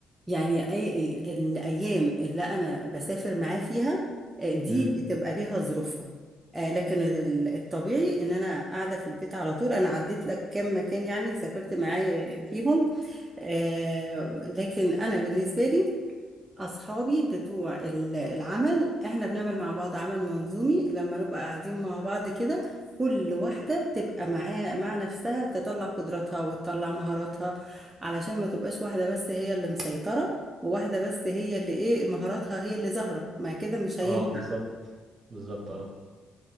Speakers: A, on the right; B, on the right.
A: يعني أي أي- الأيام اللي أنا بسافر معاه فيها آه، دي
B: امم
A: بتبقى ليها ظروفها آه، لكن ال- الطبيعي إن أنا قاعدة في البيت على طول أنا عديت لك كام مكان يعني سافرت معاه فيهم آه، لكن أنا بالنسبة لي أصحابي بتوع ال- العمل إحنا بنعمل مع بعض عمل منظومي لما نبقى قاعدين مع بعض كده كل واحدة تبقى معاها مع نفسها تطلع قدراتها وتطلع مهاراتها علشان ما تبقاش واحدة بس هي اللي مسيطرة وواحدة بس هي اللي إيه مهاراتها هي اللي ظاهرة ما كده مش هينفع
B: اه بالظبط بالظبط اه